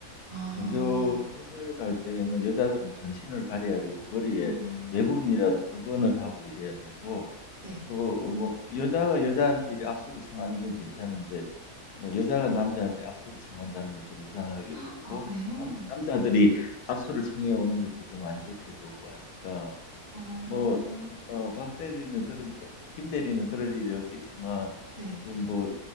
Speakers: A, on the right; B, on the left.
A: 아.
B: 종교 시설 갈 때는 여자들은 전신을 가려야 되고 머리에
A: 음.
B: 외국인이라도 두건을 하고 이래야 되고
A: 네.
B: 또 뭐 여자가 여자한테 이렇게 악수를 청하는 건 괜찮은데 뭐 여자가 남자한테 악수를 청한다는 건 좀 이상하게
A: 헉,
B: 보고
A: 아 그래요?
B: 남, 남자들이 악수를 청해 오는 것도 좀 안 좋게 보고 하니까
A: 어.
B: 뭐, 어, 박 대리는 그럴, 김 대리는 그럴 일이 없겠지만,
A: 네.
B: 또 뭐,